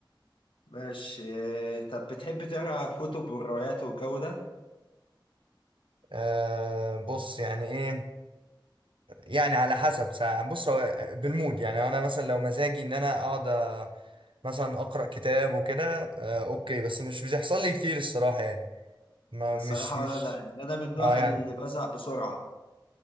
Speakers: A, on the left; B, on the right.
A: ماشي آه، طب بتحب تقرا كتب والروايات والجو ده؟
B: آه بص يعني ايه يعني على حسب ساعة بص هو بالمود يعني انا مثلا لو مزاجي ان انا اقعد آه، مثلا اقرا كتاب وكده آه اوكي بس مش بيحصل لي كتير الصراحة يعني ما
A: الصراحة
B: مش مش
A: ولا لا إن أنا من النوع
B: اه يعني
A: اللي بزهق بسرعة